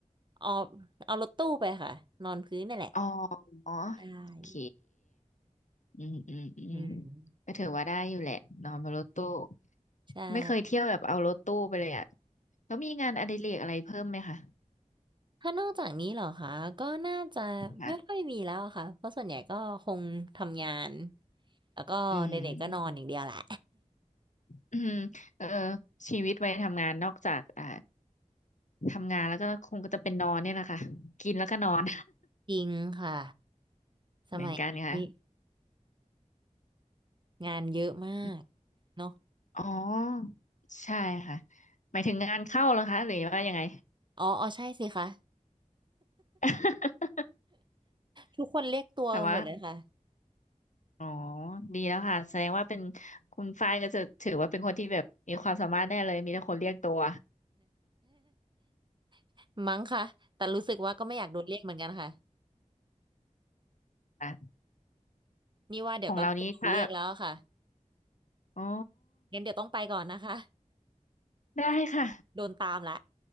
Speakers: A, on the right (about 35°); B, on the left (about 70°).
A: เอาเอารถตู้ไปค่ะนอนพื้นนั่นแหละ
B: อ๋ออ๋อ
A: ใช่
B: โอเค อืมอืมอืม
A: อืม
B: ก็ถือว่าได้อยู่แหละนอนบนรถตู้
A: ใช่
B: ไม่เคยเที่ยวแบบเอารถตู้ไปเลยอ่ะแล้วมีงานอดิเรกอะไรเพิ่มไหมคะ
A: ถ้านอกจากนี้เหรอคะก็น่าจะไม่ค่อยมีแล้วอะค่ะเพราะส่วนใหญ่ก็คงทำงาน
B: ค่ะ
A: แล้วก็เด็กๆก็นอนอย่างเดียวแหละ
B: อืมอืมเออชีวิตวัยทำงานนอกจากอ่าทำงานแล้วก็คงก็จะเป็นนอนเนี่ยแหละค่ะกินแล้วก็นอน
A: จริงค่ะ
B: <laughs>
A: สมัยนี้
B: เหมือนกันค่ะ
A: งานเยอะมาก
B: อ
A: เนาะ
B: ๋อใช่ค่ะหมายถึงงานเข้าแล้วคะหรือว่ายังไง
A: อ๋ออ๋อ ใช่สิคะ
B: <laughs>
A: ทุกคนเรียกตัวกันหมดเลยค่ะ
B: ถามว่า อ๋อ ดีแล้วค่ะ แสดงว่าเป็นคุณฝ้ายก็จะถือว่าเป็นคนที่แบบมีความสามารถแน่เลย มีแต่คนเรียกตัว
A: <laughs> มั้งค่ะแต่รู้สึกว่าก็ไม่อยากโดนเรียกเหมือนกันค่ะ
B: อ่ะ
A: นี่ว่าเดี๋ยวก็น่าจะโดนเรียกแล้วค่ะ
B: ของเรานี้ถ้าอ๋อ
A: งั้นเดี๋ยวต้องไปก่อนนะคะ
B: ได้ค่ะ
A: <laughs> โดนตามละ